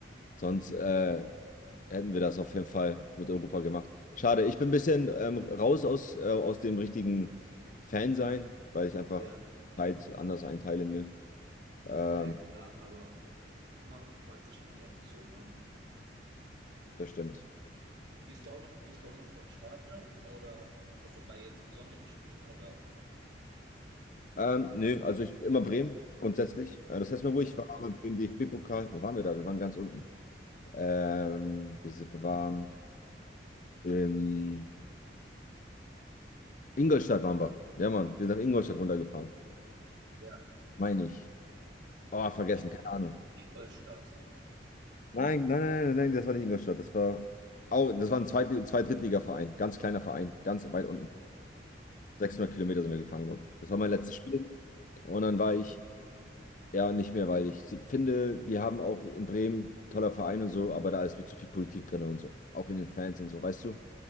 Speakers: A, on the left; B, on the right.
A: Sonst äh, hätten wir das auf jeden Fall mit Europa gemacht. Schade. Ich bin ein bisschen ähm, raus aus, äh, aus dem richtigen Fan sein, weil ich einfach
B: Ja,
A: Zeit anders einteile mir. Ähm,
B: ja, ja, klar. Aber man verfolgt wahrscheinlich einfach so, ne?
A: das stimmt.
B: Gehst du auch noch, gehst du auch noch so ins Stadion oder also bei jetzt besonderen Spielen oder?
A: Ähm, nö, also ich immer Bremen grundsätzlich. Äh, das heißt Mal, wo
B: Ja,
A: ich
B: ja,
A: war,
B: ja.
A: war beim DFB-Pokal. Wo waren wir da? Wir waren ganz unten. Ähm, wir, sind- wir waren in Ingolstadt waren wir. Ja, Mann, wir sind nach Ingolstadt runtergefahren.
B: ja.
A: Meine ich. Oh, vergessen,
B: In,
A: keine Ahnung.
B: Ingolstadt.
A: Nein, nein, nein, nein, nein, das war nicht Ingolstadt. Das war auch, das war ein Zweit, Zweit-Drittliga-Verein, ganz kleiner Verein, ganz weit unten.
B: Ja.
A: 600 Kilometer sind wir gefahren, glaube ich. Das war mein letztes Spiel. Und dann war
B: ja.
A: ich Ja, nicht mehr, weil ich finde, die haben auch in Bremen toller Verein und so, aber da ist mir zu viel Politik drin und so. Auch in den Fans und so, weißt du?